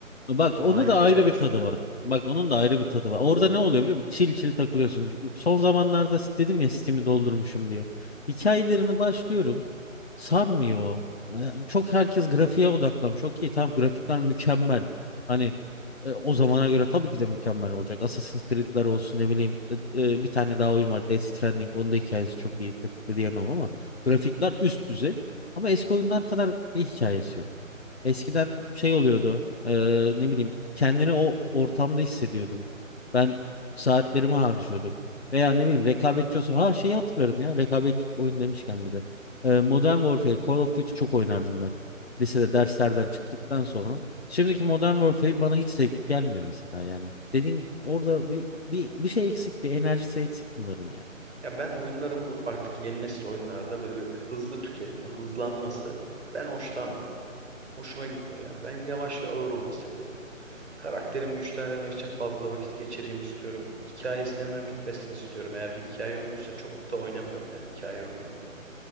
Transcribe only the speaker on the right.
Online'cıyım
daha
çok.
Ya ben oyunların bu artık yeni nesil oyunlarda böyle bir hızlı tüketme, hızlanması ben hoşlanmıyorum. Hoşuma gitmiyor yani. Ben yavaş ve ağır oyun seviyorum. Karakterimi güçlendirmek için fazla vakit geçireyim istiyorum. Hikayesi hemen bitmesini istiyorum. Eğer bir hikaye oyunuysa çok da oynamıyorum yani hikaye oyunu.